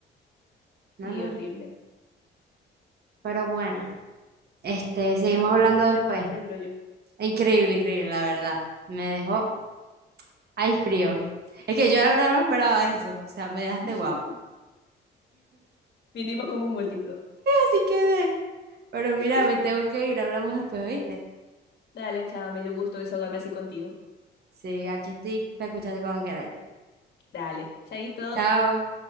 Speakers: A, on the right; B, on the left.
A: No,
B: Sí,
A: no,
B: horrible.
A: no. pero bueno, este, seguimos
B: Pero bueno,
A: hablando
B: ¿qué
A: después.
B: te parece el brollo?
A: Increíble, increíble, la verdad. Me dejó, ay, frío. Es que yo la verdad no me esperaba eso. O sea, me dejaste
B: <laughs>
A: guau.
B: Vinimos como un múltiplo.
A: Así quedé. Pero
B: <laughs>
A: mira, me tengo que ir. Hablamos después, ¿oíste?
B: Dale, chava, me dio gusto desahogarme así contigo.
A: Sí, aquí estoy para escucharte cuando queráis.
B: Dale, chaito.
A: Chao.